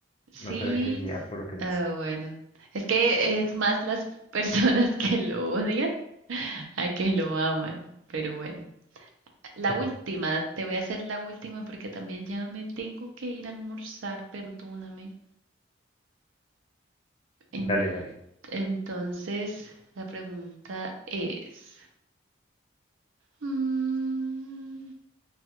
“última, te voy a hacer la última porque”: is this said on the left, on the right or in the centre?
Right